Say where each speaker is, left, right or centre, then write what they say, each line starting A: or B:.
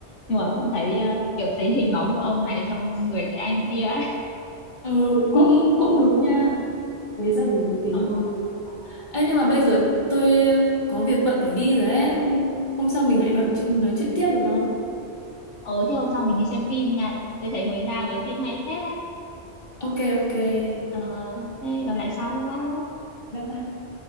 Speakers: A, on the left; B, on the left.
A: nhưng mà cũng thấy ờ, kiểu thấy hình bóng của ông này trong người cái anh kia ấy
B: ờ cũng cũng đúng nha thế rất là nhiệt tình
A: ờ
B: luôn Ê, nhưng mà bây giờ tôi có việc bận phải đi rồi ấy hôm hôm sau mình lại nói chuyện nói chuyện tiếp được không
A: ừ, thế hôm sau mình đi xem phim nha tôi thấy mới ra mấy phim hay phết đấy
B: ok ok bye
A: ờ thế gặp lại sau bye bye
B: bye